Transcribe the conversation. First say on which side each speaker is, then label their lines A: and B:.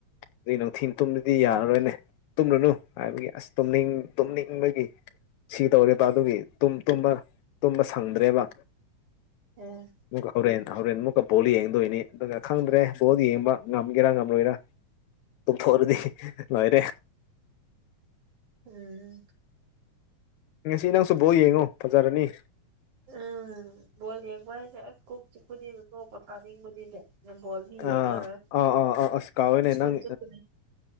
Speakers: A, on the left; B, on the right.
A: ꯑꯗꯨ ꯅꯨꯡꯊꯤ ꯇꯨꯝꯕꯗꯤ ꯌꯥꯔꯔꯣꯏꯅꯦ ꯇꯨꯝꯂꯨꯅꯨ ꯍꯥꯏꯕꯒꯤ ꯑꯁ ꯇꯨꯝꯅꯤꯡ ꯇꯨꯝꯅꯤꯡ ꯏꯕꯒꯤ ꯁꯤ ꯇꯧꯔꯦꯕ ꯑꯗꯨꯒꯤ ꯇꯨꯝꯕ ꯇꯨꯝꯕ ꯁꯪꯗ꯭ꯔꯦꯕ
B: ꯎꯝ
A: ꯧꯔ ꯍꯣꯔꯦꯟ ꯑꯃꯨꯛꯀ ꯕꯣꯜ ꯌꯦꯡꯗꯣꯏꯅꯤ ꯑꯗꯨꯒ ꯈꯪꯗ꯭ꯔꯦ ꯕꯣꯜ ꯌꯦꯡꯕ ꯉꯝꯒꯦꯔꯥ ꯉꯝꯂꯣꯏꯔꯥ ꯊꯨ ꯍꯔꯗꯤ ꯅꯣꯏꯔꯦ
B: ꯎꯝ
A: ꯉꯁꯤ ꯅꯪꯁꯨꯕꯥꯎ ꯌꯦꯡꯉꯣ ꯐꯖꯔꯅꯤ
B: ꯎꯝ ꯕꯣ ꯌꯦꯡꯕ ꯍꯥꯏꯁꯦ ꯑꯁ ꯀꯣꯛ ꯆꯤꯛꯄꯨꯅꯤꯅ ꯀꯣꯛ ꯄꯣꯊꯥꯅꯤꯡꯕꯅꯤꯅꯦ ꯅꯝꯕꯣꯜꯗꯤ
A: ꯑꯥ
B: ꯌꯦꯡꯉꯔꯣꯏ
A: ꯑꯥ ꯑꯥ ꯑꯥ ꯑꯁ ꯀꯥꯎꯋꯦꯅꯦ ꯅꯪ
B: ꯍꯥꯏꯀꯨ ꯆꯄ